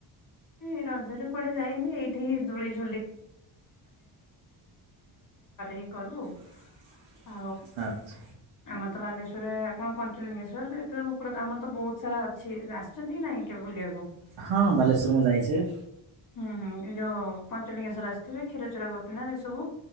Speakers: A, on the left; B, on the right.
A: ଏଇ ରଜରେ କୁଆଡେ ଯାଏନି ଘରେ ହିଁ। କରିବୁ?
B: <inaudible>
A: ଆ
B: ଆଚ୍ଛା।
A: ଆମର ତ ବାଲେଶ୍ୱର ର ପଞ୍ଚେଲିଙ୍ଗେଶ୍ୱର୍ ଆଉ ବହୁତ୍ ସାରା ଅଛି ରାସ୍ ଅଛନ୍ତି କି ନାଇଁ କେବେ ବୁଲିବାକୁ?
B: ହଁ ବାଲେଶ୍ୱର ମା ଯାଇଛ।
A: ହୁଁ ହୁଁ ଏଇ ଯୋଉ ପଞ୍ଚଲିଙ୍ଗେଶଵର ଆସିଥିବେ କ୍ଷୀର ଚୋରା ଗପନା ଏ ସବୁ